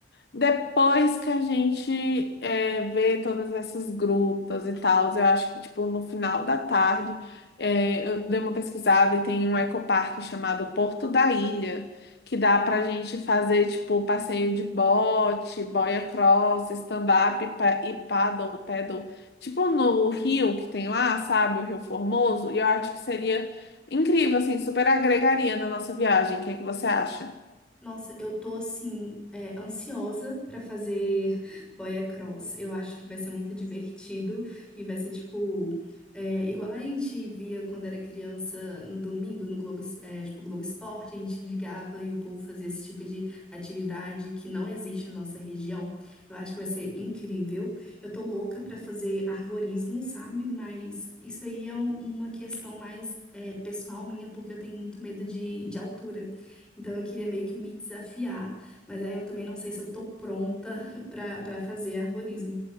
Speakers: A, on the left (about 65°); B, in the centre.
A: Depois que a gente é, vê todas essas grutas e tal, eu acho que tipo no final da tarde é, eu dei uma pesquisada e tem um ecoparque chamado Porto da Ilha, que dá pra gente fazer tipo passeio de bote, boia cross, stand-up e pa- e paddle, paddle, tipo no rio que tem lá, sabe, o Rio Formoso, e eu acho que seria incrível, assim, super agregaria na nossa viagem. O que é que você acha?
B: Nossa, eu tô assim, é, ansiosa pra fazer boia cross. Eu acho que vai ser muito divertido e vai ser tipo, é, igual a gente via quando era criança no domingo no Globo, Es- é, tipo Globo Esporte, a gente ligava e o povo fazia esse tipo de atividade que não existe na nossa região. Eu acho que vai ser incrível. Eu tô louca pra fazer arvorismo, sabe? Mas isso aí é um- uma questão mais, é, pessoal minha, porque eu tenho muito medo de, de altura. Então eu queria meio que me desafiar, mas aí eu também não sei se eu tô pronta <laughs> pra para fazer arborismo.